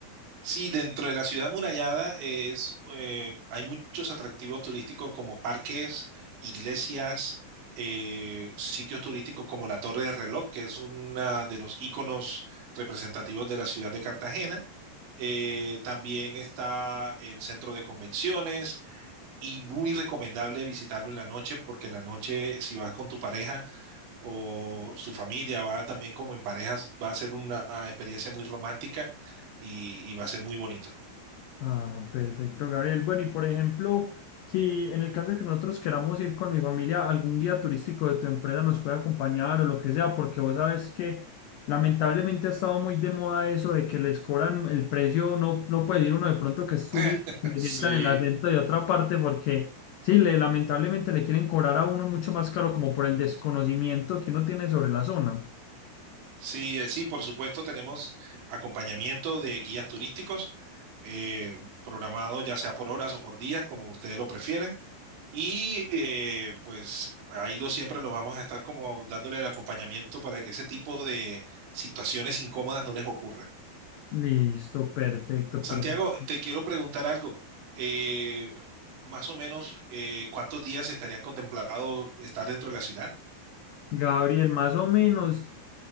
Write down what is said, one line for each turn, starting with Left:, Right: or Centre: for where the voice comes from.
Right: Sí, dentro de la ciudad murallada es, eh, hay muchos atractivos turísticos como parques, iglesias, eh, sitios turísticos como la Torre de Reloj, que es uno de los íconos representativos de la ciudad de Cartagena Eh, también está el centro de convenciones y muy recomendable visitarlo en la noche porque en la noche si vas con tu pareja o su familia, va también como en parejas, va a ser una experiencia muy romántica y, y va a ser muy bonito.
Left: Ah, perfecto, Gabriel. Bueno, y por ejemplo, si en el caso de que nosotros queramos ir con mi familia, algún guía turístico de tu empresa nos puede acompañar o lo que sea, porque vos sabes que lamentablemente ha estado muy de moda eso de que les cobran el precio, no, no puede ir uno de pronto que es turista,
Right: <laughs>
Left: que le
Right: Sí,
Left: sientan el acento de otra parte, porque sí, le, lamentablemente le quieren cobrar a uno mucho más caro como por el desconocimiento que uno tiene sobre la zona.
Right: sí, eh, sí, por supuesto tenemos acompañamiento de guías turísticos eh, programado ya sea por horas o por días, como ustedes lo prefieran. Y eh, pues ahí lo siempre lo vamos a estar como dándole el acompañamiento para que ese tipo de situaciones incómodas no les ocurra.
Left: Listo, perfecto,
Right: Santiago,
Left: perfecto.
Right: te quiero preguntar algo. Eh, más o menos, eh, ¿cuántos días estarían contemplados estar dentro de la ciudad?
Left: Gabriel, más o menos